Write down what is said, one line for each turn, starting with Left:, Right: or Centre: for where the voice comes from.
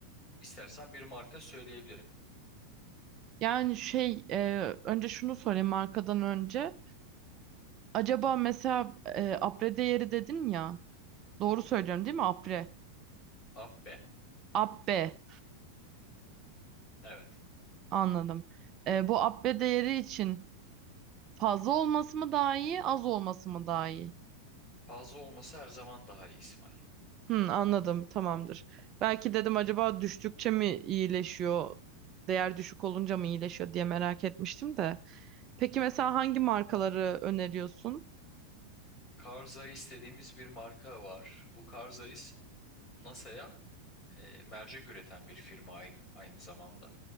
Left: İstersen bir marka söyleyebilirim.
Right: Yani şey e, önce şunu sorayım markadan önce. Acaba mesela e, apre değeri dedin ya. Doğru söylüyorum değil mi apre?
Left: Abbe.
Right: Abbe
Left: Evet.
Right: anladım. E, bu abbe değeri için fazla olması mı daha iyi az olması mı daha iyi?
Left: Fazla olması her zaman daha iyi İsmail.
Right: Hı, anladım tamamdır. Belki dedim acaba düştükçe mi iyileşiyor? Değer düşük olunca mı iyileşiyor diye merak etmiştim de. Peki mesela hangi markaları öneriyorsun?
Left: Carl Zeiss dediğimiz bir marka var. Bu Carl Zeiss NASA'ya e, mercek üreten bir firma aynı, aynı zamanda.